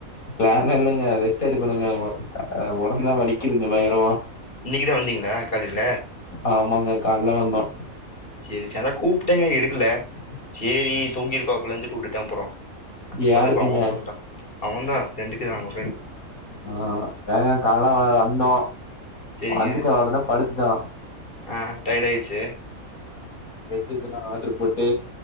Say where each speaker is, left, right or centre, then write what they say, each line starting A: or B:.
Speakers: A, on the left; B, on the left.
A: ப்ளான்லா இல்லங்க ரெஸ்ட் எடுக்கணுங்க ஒ அ ஒடம்புலா வலிக்குதுங்க பயகரமா
B: இன்னைக்கு வந்தீங்களா காலைல
A: ஆமாங்க கால்ல வந்தோ
B: செரி சதா கூப்ட்டேங்க எடுக்கல சேரி தூங்கிருப்பாப்லஞ்சு புட்டுடே அப்பறோ அப்பதா
A: யாருக்குங்க
B: இப்ப அவ கூப்புட்டா அவந்தா ரெண்டுக்கு அகோ
A: ஆ வேணா கால்ல வ வந்தோ
B: சரிங்க.
A: வந்துட்டு ஒடனே படுத்துட்டா
B: ஆ டயட் ஆயிருச்சு
A: ப்ரெட்டு எதுனா ஆட்ரு போட்டு